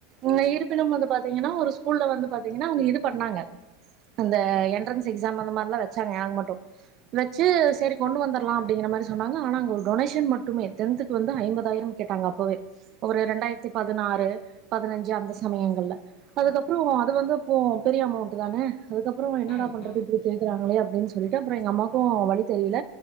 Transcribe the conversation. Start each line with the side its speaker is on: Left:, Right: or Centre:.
Right: அ இருப்பினும் வந்து பாத்தீங்கன்னா ஒரு ஸ்கூல்ல வந்து பாத்தீங்கன்னா அவுங்க இது பண்ணாங்க அந்த என்ட்ரன்ஸ் எக்ஸாம் அந்த மாரில்லா வச்சாங்க எனக்கு மட்டு வச்சு சேரி கொண்டு வந்துர்லா அப்டிங்கிற மாரி சொன்னாங்க ஆனா அங்க ஒரு டொனேஷன் மட்டுமே டென்த்துக்கு வந்து ஐம்பதாயிரம் கேட்டாங்க அப்பவே ஒரு ரெண்டாயிரத்தி பதினாறு பதினஞ்சு அந்த சமயங்கள்ல
Left: ஓ!
Right: அதுக்கப்றோ அது வந்து அப்போ பெரிய அமௌண்ட் தான அதுக்கப்றோ என்னடா
Left: ம்,
Right: பண்றது
Left: ம்,
Right: இப்டி கேக்குறாங்களே அப்டின்னு சொல்லுட்டு அப்றோ எங்க அம்மாக்கு வழி தெரியில